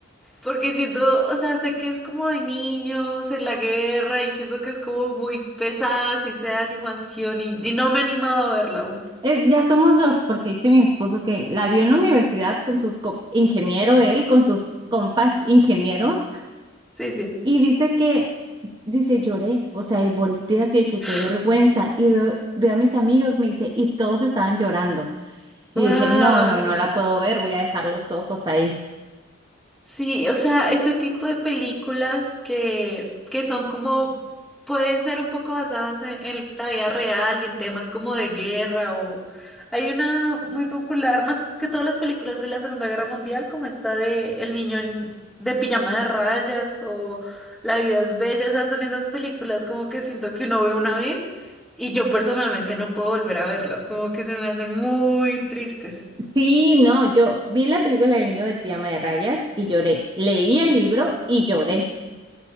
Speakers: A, in the centre; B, on the right.
A: porque siento, o sea, sé que es como de niños en la guerra y siento que es como muy pesada, si sea de animación, y, y no me he animado a verla aún.
B: Es, ya somos dos, porque dice mi esposo que la vio en la universidad con sus co- ingeniero él, con sus compas ingenieros,
A: Sí, sí.
B: y dice que, dice, lloré, o sea, y volteé así de que
A: <gasps>
B: qué vergüenza, y veo, veo a mis amigos, me dice, y todos estaban llorando, y
A: ¡Wow!
B: dije, no, no, no la puedo ver, voy a dejar los ojos ahí.
A: Sí, o sea, ese tipo de películas que, que son como, pueden ser un poco basadas en, en la vida real y en temas como de guerra o... Hay una muy popular, más que todas las películas de la Segunda Guerra Mundial, como esta de El niño en- de pijama de rayas o La vida es bella, o sea, son esas películas como que siento que uno ve una vez y yo personalmente no puedo volver a verlas, como que se me hacen muy tristes.
B: Sí, no, yo vi la película del niño del pijama de rayas y lloré, leí el libro y lloré.